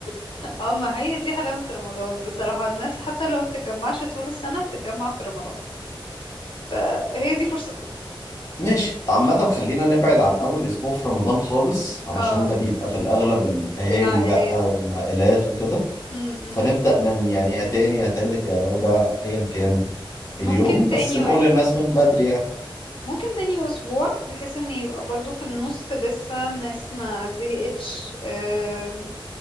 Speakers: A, on the left; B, on the left.
A: <laughs> اه ما هي دي حلاوة رمضان بصراحة الناس حتى لو ما بتتجمعش طول السنة بتتجمع في رمضان فهي دي فرصتنا
B: ماشي عامة خلينا نبعد عن أول أسبوع في رمضان خالص
A: <laughs>
B: علشان
A: اه
B: ده بيبقى في الأغلب الأهالي
A: للعائلات
B: بقى والعائلات وكده
A: م -م.
B: فنبدأ من يعني يا تاني يا تالت يا رابع أيا كان
A: ممكن
B: اليوم
A: تاني
B: بس نقول
A: واحد
B: للناس من بدري يعني
A: ممكن تاني اسبوع بحيث ان يبقى برضو في النص لسه الناس ما زهقتش آم،